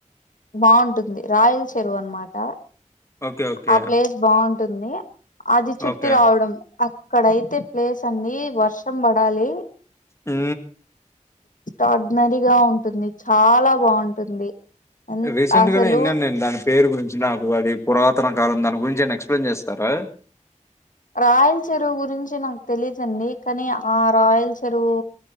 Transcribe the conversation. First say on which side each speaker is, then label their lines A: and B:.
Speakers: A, on the left; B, on the left.
A: బాగుంటుంది రాయల్ చెరువు అనమాట
B: ఓకే. ఓకే.
A: ఆ ప్లేస్ బాగుంటుంది అది చుట్టి
B: ఓకే.
A: రావడం అక్కడయితే అ ప్లేస్ అండి వర్షం పడాలి
B: ఆ
A: ఆర్డినరీగా ఉంటుంది చాలా బాగుంటుంది ఎన్
B: రీసెంట్
A: అసలు
B: గానే ఇన్నాను నేను దాని పేరు గురించి నాకు అది పురాత తన కాలం దాని గురించి ఏం అయినా ఎక్స్ప్లెయిన్ చేస్తారా
A: రాయల్ చెరువు గురించి నాకు తెలిదుండి కానీ ఆ రాయల్ చెరువు